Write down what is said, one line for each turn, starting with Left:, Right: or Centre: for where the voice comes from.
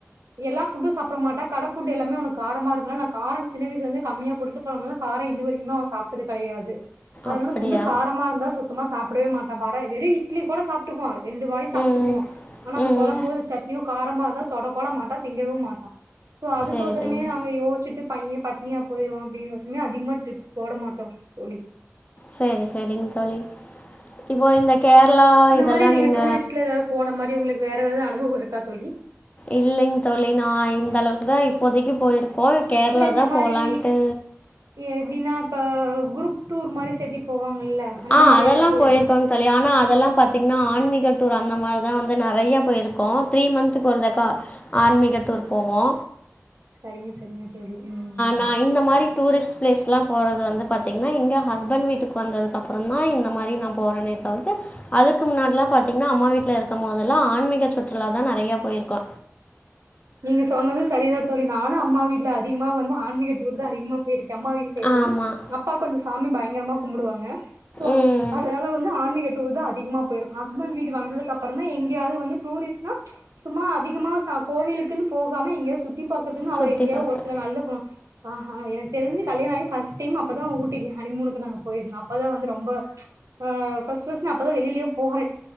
Right: எல்லா ஃபுட்டு சாப்ட மாட்டா கட ஃபுட்டு எல்லாமே அவனுக் காரமா இருக்கனால நா காரோ சின்ன வயசுலிருந்தே கம்மிய குடுத்து போனனால கார இது வ இன்னு அவன் சாப்ட்டது கடையாது அதனால
Left: அப்படியா
Right: ஃபுட்டு காரமா இருந்தா சொ த்தமா சாப்டவே மாட்டா வர வெரு இட்லி கூட சாப்ட்டுக்குவா ரெண்டுவாயி சாப்ட்டுக்குவா
Left: ம்
Right: ஆனா அந்த
Left: ம்
Right: கொழம்போ இல்ல சட்னியோ காரமா இருந்தா தொடக்கூட மாட்டா திங்கவு மாட்டா சோ அதுக்கோசரமே
Left: சரிங்க
Right: நாங்க யோசிச்சுட்டு பையன் பட்னியா போயிருவான் அப்டின் <inaudible> அதிகமா ட்ரிப் போட மாட்டோ தோழி
Left: சேரி சேரிங் தோழி இப்போ இந்த கேரளா
Right: இந்த
Left: இதெல்லா
Right: மாரி
Left: நீங்க
Right: டூரிஸ்ட்ல ஏதாவது போன மாரி உங்களுக்கு வேரெதாவது அனுபவோ இருக்கா தோழி
Left: இல்லைங் தோழி நா இந்தளவுக்கு தா இப்போதைக்கு போயிருக்கோ கேரளா
Right: இல்ல இந்த
Left: தா
Right: மாரி
Left: போலான்ட்டு
Right: எப்டின்னா இப்போ குரூப் டூர் மாதி சேத்தி போவாங்கல்ல அந்த
Left: ஆ
Right: மாரி
Left: அதல்லா
Right: ஏதாவது போயிருக்கீங்
Left: போயிருக்கோங் தோழி ஆனா அதல்லா பாத்தீங்ன்னா ஆன்மிக டூர் அந்த மாரி தா வந்து நறையா போயிருக்கோ த்ரீ மந்த்துக்கு ஒரு தக்கா ஆன்மிக டூர் போவோ
Right: சரிங்க சரிங்க தோழி ம் ம்
Left: நான் இந்த மாரி டூரிஸ்ட் பிளேஸ்லா போறது வந்து பாத்தீங்கன்னா இங்க ஹஸ்பண்ட் வீட்டுக்கு வந்ததுக்கப்றந்தா இந்த மாரி நா போறனே தவிர்த்து அதுக்கு முன்னாட்லா பாத்தீங்ன்னா அம்மா வீட்ல இருக்கம் மோதல்லா ஆன்மிக சுற்றுலாதா நறையா போயிருக்கோ
Right: நீங்க சொன்னது சரிதா தோழி நானு அம்மா வீட்ல அதிகமா வந்து ஆன்மிக டூருதா அதிகமா போயிருக்க அம்மா வீ சைடு வந்து
Left: ஆமாம்
Right: எங்கப்பா கொஞ்ச சாமி பயங்கரமா கும்புடுவாங்க சோ
Left: ம்
Right: அதனால வந்து ஆன்மிக டூருதா அதிகமா போயிருக் ஹஸ்பண்ட் வீடு வந்ததுக்கப்பறந்தா எங்கயாவது வந்து டூரிஸ்ட்னா சும்மா அதிகமா ச கோவிலுக்குன் போகாம எங்கியா சுத்தி பாக்குறதுன்னு அவர்
Left: சுற்றி
Right: எங்கியா
Left: பார்க்க
Right: ஒரு சில நாள்ல <unintelligible> ஆஹா எனக்கு தெரிஞ்சு கல்யாணாயி ஃபர்ஸ்ட் டைம் அப்பதா ஊட்டிக்கு ஹனிமூனுக்கு நாங்க போயிருந்தோ அப்பதா வந்து ரொம்ப ம் ஃபர்ஸ்ட் ஃபர்ஸ்ட் நா அப்பதா வெளிலியே போற